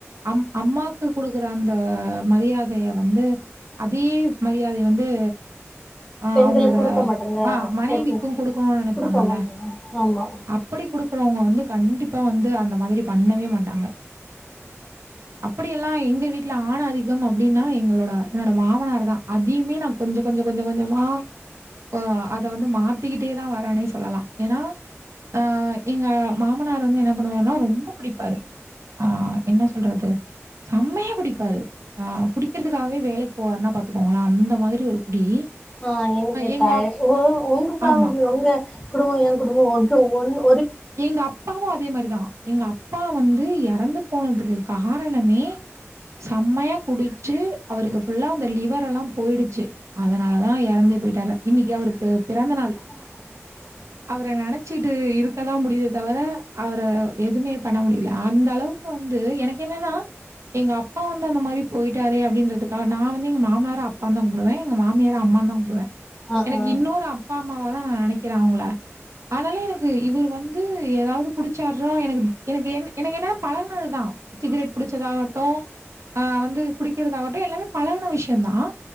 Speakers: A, on the right; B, on the left.
A: அம் அம்மாக்கு கொடுக்குற அந்த மரியா தைய வந்து அதே மரியாதைய வந்து ஆ
B: பெண்களுக்கு
A: அவங்களோட
B: குடுக்க மாட்டாங்க
A: ஆ மனைவிக்கு
B: கேட்கல
A: கொடுக்கணு நெனைப்பாங்கல்ல
B: குடுக்க மாட்டாங்க ஆமா
A: அப் அப்டி கொடுக்குறவங்க வந்து கண்டிப்பா வந்து அந்த மாதிரி பண்ணவே மாட்டாங்க அப்டியெல்லா எங்க வீட்லா ஆண் ஆதிக்கம் அப்டின்னா எங்களோட என்னோட மாமனார் தா அதையுமே நா கொஞ்சொ கொஞ்சொ கொஞ்சொ கொஞ்சமா ஆ அத வந்து மாத்திக்கிட்டே தான் வரானே சொல்லலாம் ஏன்னா ஆ எங்க மாமனார் வந்து என்ன பண்ணுவாருன்னா ரொம்ப குடிப்பாரு ஆ என்ன சொல்றது செம்மையா குடிப்பாரு ஆ குடிக்கிறதுக்காகவே வேலைக்கு போவாருன்னா பாத்துக்கோங்களேன் அந்த மாதிரி ஒரு குடி
B: ஆ ஒ
A: எங்க
B: க
A: அப்
B: எ உங் உங்க பேமிலி
A: ஆமா.
B: உங்க குடும்பம் என் குடும்பம் ஒன்று ஒண்ணு
A: எங்க அப்பாவும் அதே மாரிதான் எங்க அப்பா வந்து இறந்து போனதுக்கு காரணமே செம்மையா குடிச்சு அவருக்கு ஃபுல்லா அந்த லிவரெல்லாம் போய்டுச்சு அதனால தான் இறந்து போயிட்டாரு இன்னைக்கி அவருக்கு பிறந்த நாள்
B: ஆ
A: அவர நினைச்சிட்டு இருக்கதான் முடியுது தவிர அவர எது எதுவுமே பண்ண முடில அந்தக் அளவுக்கு வந்து எனக்கு என்னன்னா எங்க அப்பா வந்து அந்த மாரி போயிட்டாரே அப்டின்றதுக்காக நான் வந்து எங்க மாமனார அப்பா தான் கும்பிடுவேன் எங்க மாமியார அம்மா தான் குப்பிடுவேன்
B: ஆ
A: எனக்கு
B: ஆ
A: இன்னொரு அப்பா அம் ம்மாவா தான் நான் நினைக்கிறேன் அவங்கள அதனால எனக்கு இவரு வந்து ஏதாவது குடிச்சாறா எனக்கு எனக்கு என் எனக்கு என்னன்ன பழகுனதுதான் சிகரெட் புடிச்சதாகட்டும் அ வந்து குடிக்கிறதாகட்டும் எல்லாமே பழகன விஷயம்தான்